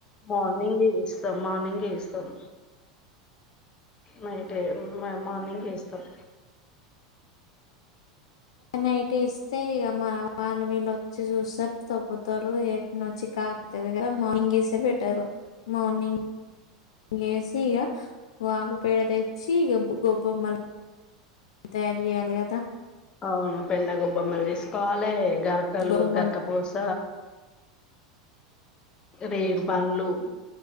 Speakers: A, on the left (about 30°); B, on the left (about 70°).
A: మార్నింగ్ <unintelligible> <unintelligible> మార్నింగ్ ఎస్తం నైట్ మార్నింగ్ ఎస్తాం
B: నైట్ ఎస్తే ఇక మన వీళ్ళ వచ్చి చూస్త తోకుతారు ఏను వచ్చి కాకగర మార్నింగ్ వేస్తే పెట్టారు మార్నింగ్ ఏసి ఇగ ఆవు పేడ తెచ్చి ఈగ గొబ్బొమ్మల్ <unintelligible>
A: అవును పెండ గోబ్బొమ్మలు చేసుకోవాలే గరకలు
B: గొబ్బొమ్మలు
A: గరకపూస రేగు పండ్లు